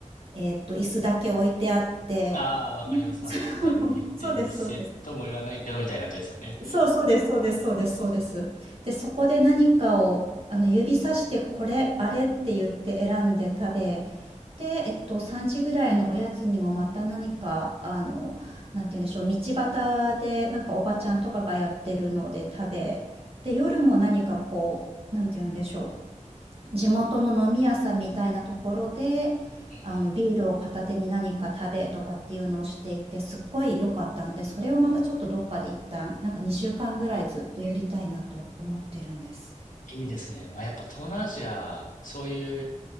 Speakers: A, on the right; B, on the left.
A: えっと、椅子だけ置いてあって。
B: ああ、わかります。まあ、
A: <laughs>
B: 出店、
A: そうですそうです。
B: 出店とも言わないけど、みたいな感じですよね。
A: そうそうです、そうです、そうです、そうです。で、そこで何かを、あの、指さして、これ、あれって言って選んで食べ、で、えっと、3時ぐらいのおやつにもまた何か、あの、なんて言うんでしょう、道端で、なんかおばちゃんとかがやってるので食べ、で、夜も何かこう、なんて言うんでしょう、地元の飲み屋さんみたいなところで、
B: うんうん。
A: あの、ビールを片手に何か食べとかっていうのをしていて、すっごい良かったので、それをまたちょっとどっかで一旦、なんか2週間ぐらいずっとやりたいなと思ってるんです。
B: あ、いいですね。まあ、やっぱ東南アジア、そういう